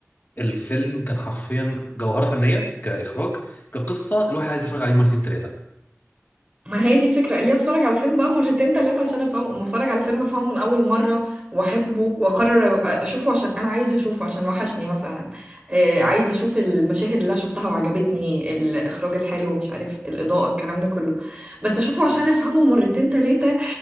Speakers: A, on the left; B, on the right.
A: الفيلم كان حرفيا جوهره فنيه كاخراج كقصه الواحد عايز يتفرج عليه مرتين ثلاثه
B: ما هي دي الفكرة اللي اتفرج على فيلم بقى مرتين تلاتة عشان افهمه اما اتفرج على فيلم افهمه من اول مرة واحبه واقرر اشوفه عشان انا عايزة اشوفه عشان وحشني مثلا آه عايزة اشوف المشاهد اللي انا شفتها وعجبتني الاخراج الحلو مش عارف الاضاءة الكلام ده كله بس اشوفه عشان افهمه مرتين تلاتة